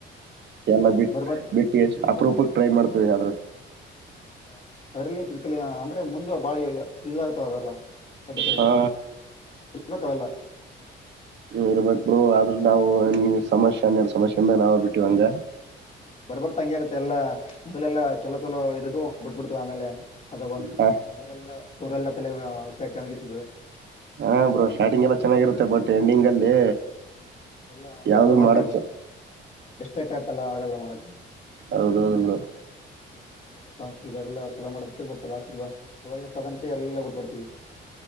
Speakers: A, on the right; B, on the left.
A: ಎಲ್ಲ ಬಿಟ್ಟ
B: ಬರ್ಬೇಕು
A: ಬಿಟ್ಟಿ
B: ಹ್ಮ್
A: ಅಪರೂಪಕ್ಕೆ
B: ಎಲ್ಲ-
A: ಟ್ರೈ ಮಾಡ್ತೇವಿ ಆದ್ರೂ
B: ಹ್ಮ್ ಅದ ಅದರಲ್ಲಿ ಫಿಸಿಕಲಿ ಅಂದ್ರೆ ಮುಂದ ಬಾಳಿ ಇದಾಗತಾವ ಅದಲ್ಲ ಅಟಪಟಾ
A: ಹಾ
B: ಇವ ಕವಲ್ಲ
A: ಇರ್ಬೇಕಕ್ರು ಆದ್ರ ನಾವು ನೀ ಸಮಸ್ಯ ಹನ್ನೆರಡು ಸಮಸ್ಯೆಯಿಂದ ನಾವವು ಬಿಟ್ಟಿವಂಗ
B: ಹ್ಮ್ ಬರ್ಬರ್ ತಂಗಿ ಆಗತ್ತೆ ಎಲ್ಲ ಮೊದಲೆಲ್ಲಾ ಚಲೋ ಚೊಲೋ ಇದದು ಬಿಟ್ಬಿಡ್ತು ಆಮೇಲೆ ಅದ ಒಂದು
A: ಹ
B: ಒಂದೂರೆಲ್ಲ ತೂರ ಅಲ್ಲಾಲ್ಲ ವಿಷಸ
A: ಹಾ ಬ್ರೋ ಸ್ಟಾರ್ಟಿಂಗ್ ಎಲ್ಲ ಚೆನ್ನಾಗಿರುತ್ತೆ ಬಟ್ ಎಂಡಿಂಗ್ ಅಲ್ಲಿ
B: ಹ್ಮ್ ಎಲ್ಲಾ ಅಂದ್ರೆ
A: ಯಾವ್ದು
B: ಬರ್ಬರ್ತಾ
A: ಮಾಡಕ್
B: ಅ ಡಿಸ್ಟ್ರಾಕ್ಟ್ ಆಯತಲ್ಲ ಆಗಲ್ಲ ಮಾಡಕೆ
A: ಹೌದೌದು ಬರೋ
B: ಹ್ಮ್ ಮೊದಲಾನ್ ಇದೆಲ್ಲ ಚಲ ಮಾಡಡ್ತ ಲಾಸ್ಟಿಗೆ ವಯಸ್ಸಾದಂತೆ ಎಲ್ಲ ಬಿಟ್ಬಡ್ತೀವಿ